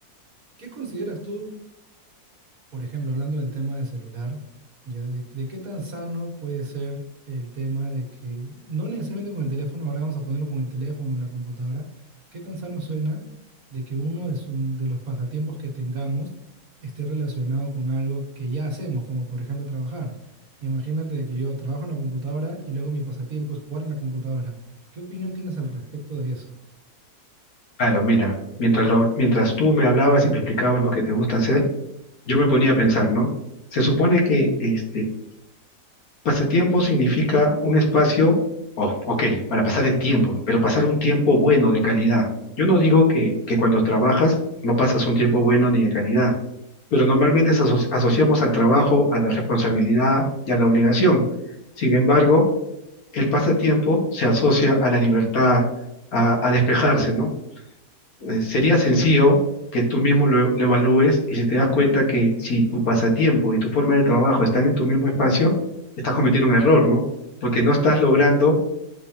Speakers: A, on the right (about 60°); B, on the left (about 65°).
A: ¿qué consideras tú? Por ejemplo, hablando del tema del celular, ya de, de qué tan sano puede ser el tema de que, no necesariamente con el teléfono, ahora vamos a ponerlo con el teléfono o la computadora, qué tan sano suena de que uno de, su- de los pasatiempos que tengamos esté relacionado con algo que ya hacemos, como por ejemplo trabajar. Imagínate de que yo trabajo en la computadora y luego mi pasatiempo es jugar en la computadora. ¿Qué opinión tienes al respecto de eso?
B: Claro, mira, mientras, lo- mientras tú me hablabas y me explicabas lo que te gusta hacer, yo me ponía a pensar, ¿no? Se supone que este, Pasatiempo significa un espacio, oh, ok, para pasar el tiempo, pero pasar un tiempo bueno de calidad. Yo no digo que, que cuando trabajas no pasas un tiempo bueno ni de calidad, pero normalmente se aso- asociamos al trabajo, a la responsabilidad y a la obligación. Sin embargo, el pasatiempo se asocia a la libertad, a, a despejarse, ¿no? eh, sería sencillo que tú mismo lo, lo evalúes y si te das cuenta que si tu pasatiempo y tu forma de trabajo están en tu mismo espacio, estás cometiendo un error, ¿no? Porque no estás logrando